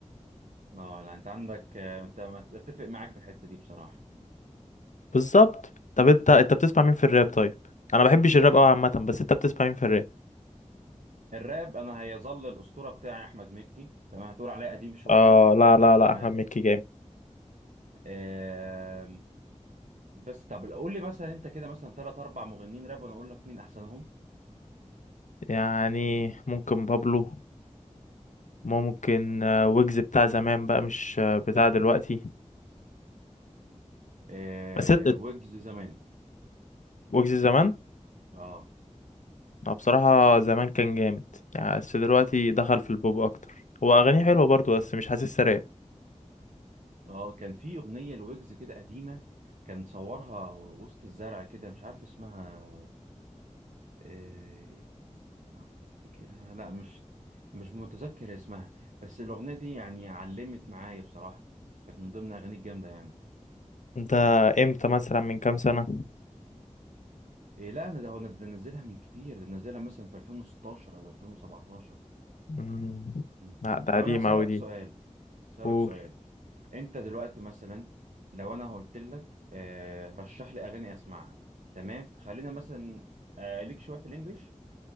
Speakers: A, on the right; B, on the left.
A: اه لا انت عندك آه، انت اتفق معاك في الحته دي بصراحه
B: بالظبط طب انت انت بتسمع مين في الراب طيب انا ما بحبش الراب قوي عامة بس انت بتسمع مين في الراب
A: الراب انا هيظل الاسطوره بتاعي احمد مكي تمام هتقول عليه قديم شويه
B: اه لا لا
A: تمام
B: لا احمد مكي جامد
A: آم، بس طب قول لي مثلا انت كده مثلا ثلاث اربع مغنيين راب وانا اقول لك مين احسنهم
B: يعني ممكن بابلو ممكن آه، ويجز بتاع زمان بقى مش آه، بتاع دلوقتي
A: آه
B: بس انت-
A: ويجز زمان
B: ويجز زمان
A: اه
B: اه بصراحة زمان كان جامد يعني بس دلوقتي دخل في البوب أكتر هو أغانيه حلوة برضو
A: مم.
B: بس مش حاسسها راب
A: اه كان في اغنيه لويجز كده قديمه كان صورها وسط الزرع كده مش عارف اسمها آه يا رب افتكرها لا مش مش متذكر اسمها بس الاغنيه دي يعني علمت معايا بصراحه كانت من ضمن اغاني الجامده يعني
B: انت امتى مثلا من كام سنة؟
A: إيه لا انا ده هو أنا ده نزلها من كتير ده نزلها مثلا في 2016 او 2017
B: مم.
A: مم.
B: لا ده
A: طب
B: قديمة
A: انا اسالك
B: أوي دي
A: سؤال اسالك
B: قول
A: سؤال انت دلوقتي مثلا لو انا قلت لك آه رشح لي اغاني اسمعها تمام خلينا مثلا آه ليك شويه في الانجليش